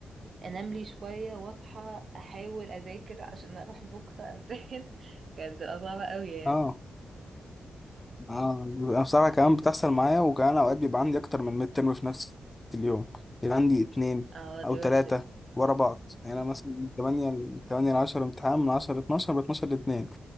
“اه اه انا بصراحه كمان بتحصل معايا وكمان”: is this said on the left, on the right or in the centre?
Left